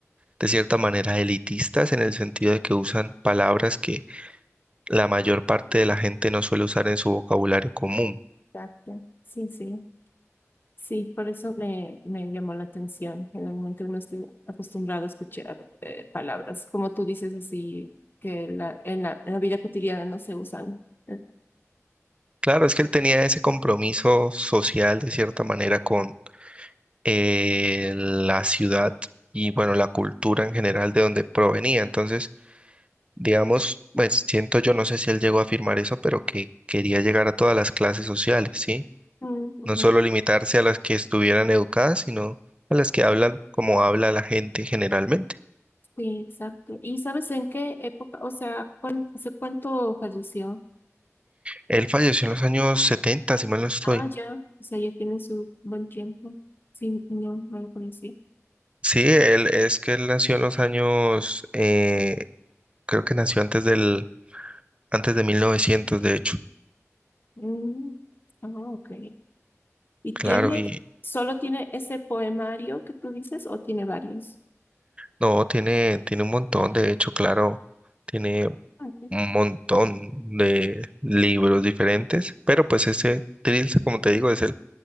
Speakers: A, on the right; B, on the left.
A: de cierta manera elitistas en el sentido de que usan palabras que la mayor parte de la gente no suele usar en su vocabulario común.
B: Exacto. Sí, sí. Sí, por eso me, me llamó la atención. Generalmente uno está acostumbrado a escuchar eh, palabras, como tú dices, así que la, en la, en la vida cotidiana no se usan. Eh,
A: Claro, es que él tenía ese compromiso social de cierta manera con eh, la ciudad y bueno, la cultura en general de donde provenía. Entonces, digamos, pues siento yo, no sé si él llegó a afirmar eso, pero que quería llegar a todas las clases sociales, ¿sí?
B: Mm, ujú.
A: No solo limitarse a las que estuvieran educadas, sino a las que hablan como habla la gente generalmente.
B: Sí, exacto. ¿Y sabes en qué época? O sea, ¿cuán- ¿hace cuánto falleció?
A: Él falleció en los años 70, si mal no estoy.
B: Ah, ya. O sea, ya tiene su buen tiempo. Sí, no, no lo conocí
A: Sí, él es que él nació en los años, eh, creo que nació antes del, antes de 1900, de hecho.
B: Mm, Ah, ok. ¿Y tiene,
A: Claro, y
B: solo tiene ese poemario que tú dices o tiene varios?
A: no, tiene, tiene un montón, de hecho, claro, tiene
B: Ah, ok.
A: un montón de libros diferentes, pero pues ese Trilce, como te digo, es el,